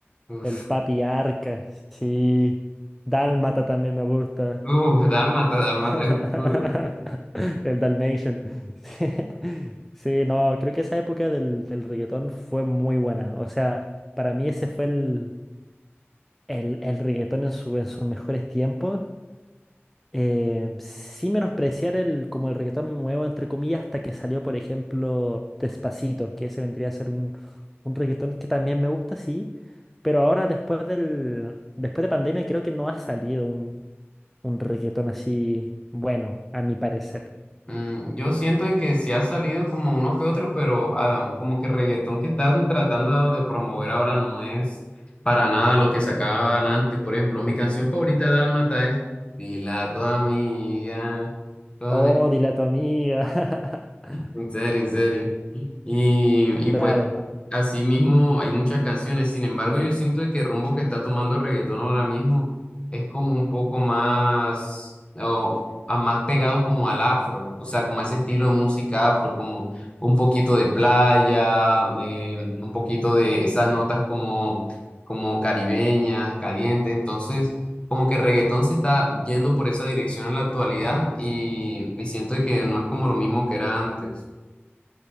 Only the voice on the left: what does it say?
uf,
uf, Dálmata, Dálmata
es un duro.
Mm, yo siento de que sí ha salido como uno que otro, pero ah, como que reggaetón que están tratando de promover ahora no es para nada lo que sacaban antes. Por ejemplo, mi canción favorita de Dálmata es Dila a tu amiga, con
en serio, en serio. Y,
y pues, así mismo hay muchas canciones. Sin embargo, yo siento que el rumbo que está tomando el reggaetón ahora mismo es como un poco más, o, a- más pegado como al afro, o sea, como a ese estilo de música afro, como un poquito de playa, eh, un poquito de esas notas como, como caribeñas, calientes. Entonces, como que el reggaetón se está yendo por esa dirección en la actualidad y, y siento que no es como lo mismo que era antes.